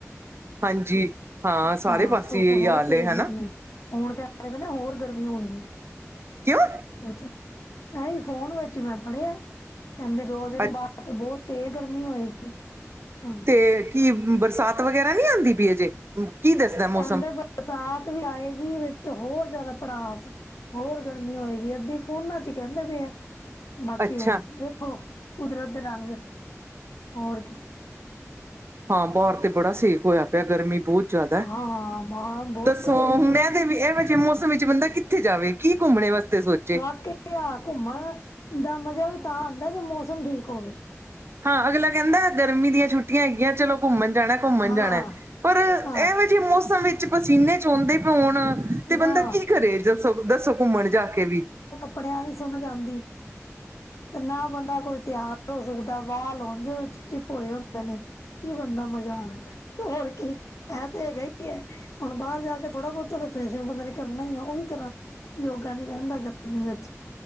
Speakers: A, on the right; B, on the left.
A: ਹਾਂਜੀ। ਸਾਰੇ
B: ਹਾਂ,
A: ਪਾਸੇ
B: ਧੁੱਪ ਬਹੁਤ
A: ਇਹੀ ਹਾਲ
B: ਤੇਜ਼
A: ਏ ਹਨਾ
B: ਨਿਕਲੀ ਹੁਣ ਕ ਅਜੇ ਪਤਾ ਹੋਰ ਗਰਮੀ ਹੋਣੀ ਏ
A: ਕਿਉਂ
B: ਵਿ ਚ ਤਾਹੀ ਫੋਨ ਵਿੱਚ ਮੈਂ ਪੜ੍ਹਿਆ ਕਹਿੰਦੇ, ਦੋ ਦਿਨ
A: ਅੱ-
B: ਬਾਅਦ ਬਹੁਤ ਤੇਜ਼ ਗਰਮੀ ਹੋਏਗੀ ਹਾਂ,
A: ਤੇ ਕੀ, ਬਰਸਾਤ ਵਗੈਰਾ ਨਹੀਂੀ ਆਉਂਦੀ ਪਈ ਅਜੇ, ਕੀ ਦੱਸਦਾ ਮੌਸਮ?
B: ਕਹਿੰਦੇ ਬਰਸਾਤ ਵੀ ਆਏਗੀ, ਵਿੱਚ ਹੋਰ ਜ਼ਿਆਦਾ ਪੜਾਸ ਹੋਰ ਗਰਮੀ ਹੋਏਗੀ, ਅੱਧੀ ਫੋਨਾਂ ਚ ਕਹਿੰਦੇ ਪਏ ਆ ਬਾਕੀ
A: ਅੱਛਾ
B: ਹੁਣ ਵੇਖੋ, ਕੁਦਰਤ ਰੰਗ ਹੋਰ ਕੀ
A: ਹਾਂ, ਬੁਹਰ ਤੇ ਬੜਾ ਸੇਕ ਹੋਇਆ ਪਿਆ ਗਰਮੀ ਬਹੁਤ ਜ਼ਿਆਦਾ,
B: ਹਾਂ ਬਾਹਰ ਬਹੁਤ
A: ਦੱਸੋ
B: ਗਰਮੀ
A: ਹੁਣ
B: ਹੈ
A: ਇਹ ਹੋ ਵੀ, ਇਹੋ ਜਿਹੇ ਮੌਸਮ ਵਿੱਚ ਬੰਦਾ ਕਿੱਥੇ ਜਾਵੇ, ਕੀ ਘੁੰਮਣੇ ਵਾਸਤੇ ਸੋਚ
B: ਵਾ ਕਿਥੇ ਆ, ਘੁੰਮਣ ਦਾ ਮਜਾ ਵੀ ਤਾਂ, ਆਉਂਦਾ ਜੇ ਮੌਸਮ ਠੀਕ ਹੋਵੇ
A: ਹਾਂ ਅਗਲਾ ਕਹਿੰਦਾ, ਗਰਮੀ ਦੀਆਂ ਛੁੱਟੀਆਂ ਹੈਗੀਆਂ, ਚਲੋ ਘੁੰਮਣ ਜਾਣਾ -ਘੁੰਮਣ
B: ਹਾਂ
A: ਜਾਣਾ ਪਰ ਇਹੋ
B: ਆਹ,
A: ਜਿਹੇ ਮੌਸਮ ਵਿੱਚ, ਪਸੀਨੇ ਚੋਂਦੇ ਪਏ ਉਣ ਤੇ
B: ਨਾ
A: ਬੰਦਾ ਕੀ ਕਰੇ ਦੱਸੋ -ਦੱਸੋ ਘੁੰਮਣ ਜਾ ਕੇ ਵੀ
B: ਕਪੜਿਆਂ, ਦੀ ਸਮਝ ਆਦੀ ਤੇ ਨਾ ਬੰਦਾ ਕੋਈ ਤਿਆਰ ਹੋ, ਸਕਦਾ ਵਾਲ ਉਝ ਚਿਪ -ਚਿਪ ਹੋਏ ਹੁ ਕਹਿਦੇ ਨੇ ਕੀ ਕਰਨਾ ਮਜ਼ਾ, ਹੋਰ ਕੀ ਐਂ ਤੇ ਹੈਗਾ ਈ ਹੁਣ ਬਾਹਰ ਜਾ ਕੇ ਥੋੜ੍ਹਾ- ਬਹੁਤਾ ਤਾਂ ਫੈਸ਼ਨ ਬੰਦੇ ਨੇ, ਕਰਨਾ ਹੀ ਹੈ ਉਹ ਵੀ ਕਰਾਂ ਯੋਗਾ ਨਈ, ਰਹਿੰਦਾ ਗਰਮੀ ਵਿੱਚ